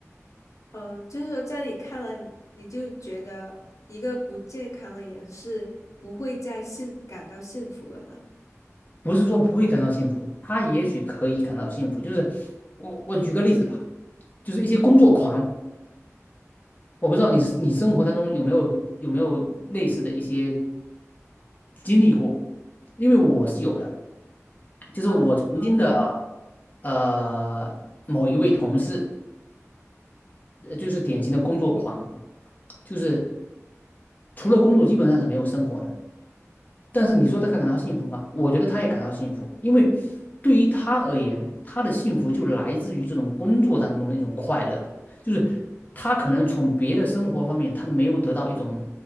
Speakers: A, on the left; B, on the left.
A: 呃，就是说在你看了，你就觉得一个不健康的人是不会再幸感到幸福了吗？
B: 不是说不会感到幸福，他也许可以感到幸福。就是我我举个例子吧，就是一些工作狂，我不知道你是你生活当中有没有有没有类似的一些经历过，因为我是有的，就是我曾经的
A: 嗯嗯
B: 呃某一位同事，呃就是典型的工作狂，就是除了工作基本上是没有生活的。但是你说他感到幸福吗？我觉得他也感到幸福，因为对于他而言，他的幸福就来自于这种工作当中的一种快乐，就是他可能从别的生活方面他没有得到一种